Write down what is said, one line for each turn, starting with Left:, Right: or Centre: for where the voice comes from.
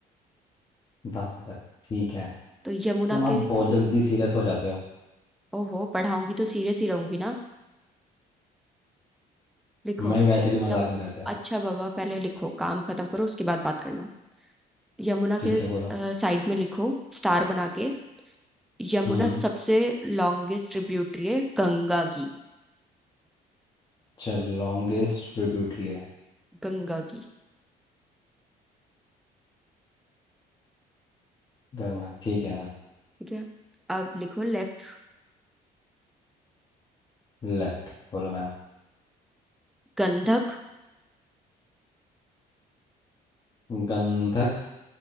Left: दामोदर ठीक है
Centre: तो यमुना
Left: मैम
Centre: के
Left: आप बहुत जल्दी सीरियस हो जाते हो
Centre: ओहो पढ़ाऊंगी तो सीरियस ही रहूंगी ना लिखो
Left: मैं वैसे भी मजाक
Centre: यम
Left: नहीं करते आप
Centre: अच्छा बाबा पहले लिखो काम खत्म करो उसके बाद बात करना यमुना
Left: ठीक
Centre: के
Left: है बोलो
Centre: साइड में लिखो स्टार बना के यमुना
Left: हम्म
Centre: सबसे लॉन्गेस्ट ट्रिब्यूटरी है गंगा की
Left: चल लॉन्गेस्ट ट्रिब्यूटरी है
Centre: गंगा की
Left: गंगा ठीक है मैम
Centre: ठीक है अब लिखो लेफ्ट
Left: लेफ्ट बोलो मैम
Centre: गंधक
Left: गंधक